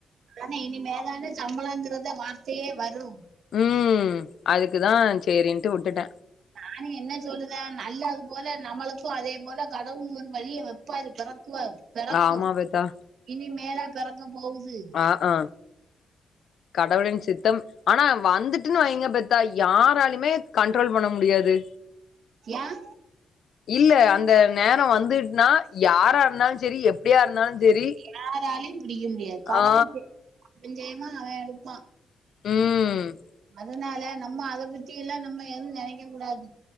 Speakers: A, on the right; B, on the left.
A: ஏனா இனிமேதான சம்பளங்கிறது வார்த்தையே வரு
B: ம் அதுக்குதா செரின்ட்டு விட்டுட்ட
A: நானு என்ன சொல்லுத நல்ல அது போல நம்மளுக்கு அதே போல கடவுள் ஒரு வழிய வப்பாரு பிறக்குவாரு பெறக்கு
B: ஆமா பெத்தா
A: இனி மேல பெறக்க போவுது
B: ஆ அ கடவுளின் சித்தம் ஆனா வந்துட்டுன் வைங்க பத்தா யாராலுமே கண்ட்ரோல் பண்ண முடியாது
A: ஏன்
B: இல்ல அந்த நேர வந்துட்டுன்னா யாரா இருந்தாலு செரி எப்டியா இருந்தாலு செரி
A: யாராலயு பிடிக்க முடியா கடவுள்
B: ஆ
A: <inaudible> ஜெயமா அவ எடுப்பா
B: ம்
A: அதனால நம்ம அத பத்தி எல்லா நம்ம எது நெனக்க கூடாது